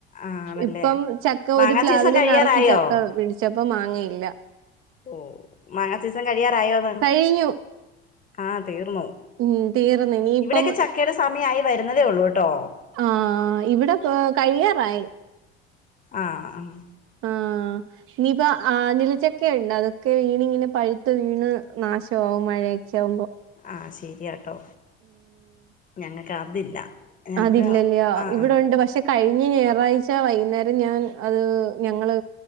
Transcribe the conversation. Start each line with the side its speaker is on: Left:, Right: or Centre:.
Left: ആണല്ലേ
Right: ഇപ്പം ചക്ക
Left: മാങ്ങാ
Right: ഒരു പ്ലാവില്
Left: സീസൺ കഴിയാറായോ
Right: നിറച്ച് ചക്ക പിടിച്ചപ്പ മാങ്ങയില്ല.
Left: ഓഹ് മാങ്ങ സീസം കഴിയാറായോന്ന്
Right: കഴിഞ്ഞു
Left: ആഹ് തീർന്നോ
Right: ഉം തീർന്ന് ഇനിയിപ്പം
Left: ഇവിടെൊക്കെ ചക്കയുടെ സമയം ആയി. വരുന്നതേ ഉള്ളൂ കേട്ടോ.
Right: ആഹ് ഇവിടെ കഴിയാറായി.
Left: ആഹ് ആഹ്
Right: ആഹ് ഇനീപ്പോ ആനിലിച്ചൊക്കെ ഉണ്ട് അതൊക്കെ വീണിങ്ങനെ പഴുത്ത് വീണ് നാശമാവും മഴയൊക്കെ. ച്ചാമ്പോ.
Left: ആഹ് ശരിയാട്ടോ ഞങ്ങൾക്ക് അതില്ല ഞങ്ങക്ക്
Right: അത് ല്ല്യല്ലോ
Left: ആ ആ
Right: ഇവിടെ ഉണ്ട് പക്ഷെ. കഴിഞ്ഞ ഞായറാഴ്ച വൈകുന്നേരം ഞാൻ അത് ഞങ്ങള്